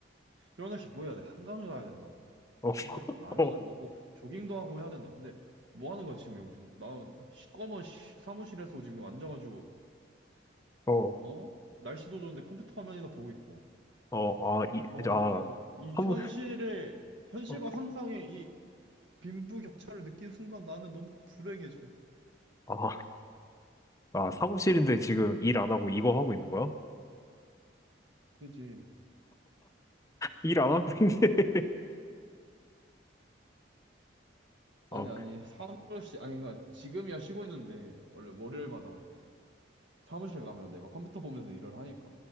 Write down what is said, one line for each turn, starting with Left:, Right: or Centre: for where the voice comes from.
Right: 이런 날씨 뭐 해야 돼? 한강을 가야 된다고.
Left: 어. <laughs>
Right: 한강 가서 라면을 먹고 조깅도 하고 해야 된다. 근데 뭐 하는 거야 지금 여기서? 나 시꺼먼 시- 사무실에서 지금 앉아가지고
Left: 어,
Right: 어? 날씨도 좋은데 컴퓨터 화면이나 보고 있고.
Left: 어, 아, 이,
Right: 어,
Left: 아,
Right: 이
Left: 사무,
Right: 현실의, 현실과
Left: 어,
Right: 상상의 이 빈부격차를 느낀 순간 나는 너무 불행해져.
Left: 아, 아,
Right: 어,
Left: 사무실인데 지금 일 안 하고 이거 하고 있는 거야?
Right: 그지.
Left: 일 안 하고 있는데.
Right: 어,
Left: <laughs> 아,
Right: 아니, 아니,
Left: 그-
Right: 사무실, 아니, 그러니까 지금이야 쉬고 있는데, 원래 월요일마다 사무실 가면 내가 컴퓨터 보면서 일을 하니까.